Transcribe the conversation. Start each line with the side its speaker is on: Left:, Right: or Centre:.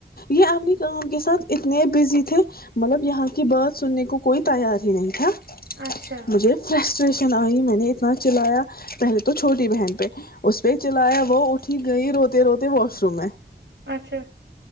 Left: یہ اپنی کام کے ساتھ اتنے بزی تھے مطلب یہاں کی بات سننے کے کوئی
Right: سن-
Left: تیار ہی نہیں تھا
Right: اچھا
Left: مجھے فریش اسٹیشن آئی میں نے اتنا چلایا پہلے تو چھوٹی بہن پہ اس پہ چلایا وہ اٹھی گئی روتے روتے واش روم میں
Right: اچھا